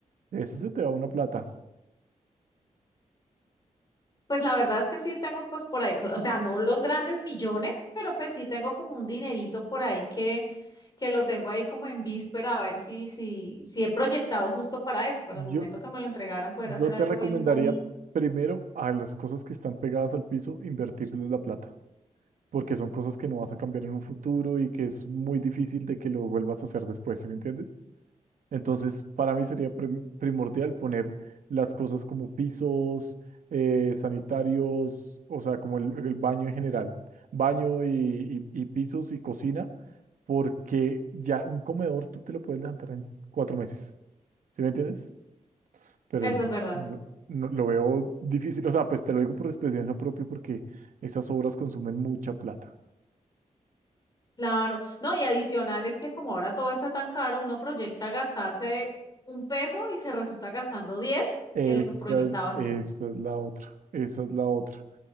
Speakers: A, on the right (about 80°); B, on the left (about 30°).
A: eso se te va una plata.
B: Pues la verdad es que sí tengo pues por ahí, o sea, no los grandes millones, pero pues sí tengo como un dinerito por ahí que, que lo tengo ahí como en víspera a ver si, si, si he proyectado justo para eso, para
A: Yo,
B: el momento que me lo entregaran poder
A: Yo
B: hacer
A: te
B: algo
A: Claro. recomendaría
B: bien bonito.
A: primero a las cosas que están pegadas al piso, invertirles la plata, porque son cosas que no vas a cambiar en un futuro y que es muy difícil de que lo vuelvas a hacer después, ¿sí me entiendes? Entonces, para mí sería prim- primordial poner las cosas como pisos, eh, sanitarios, o sea, como el, el baño en general, baño y, y- y pisos y cocina, porque ya un comedor tú te lo puedes levantar en cuatro meses, ¿sí me entiendes? pero
B: Eso
A: el resto
B: es verdad.
A: no- no- lo veo difícil. O sea, pues te lo digo por experiencia propia porque esas obras consumen mucha plata.
B: Claro. No, y adicional es que como ahora todo está tan caro, uno proyecta gastarse un peso y se resulta gastando 10
A: Esa,
B: en lo que proyectabas
A: es-
B: uno.
A: esa es la otra, esa es la otra.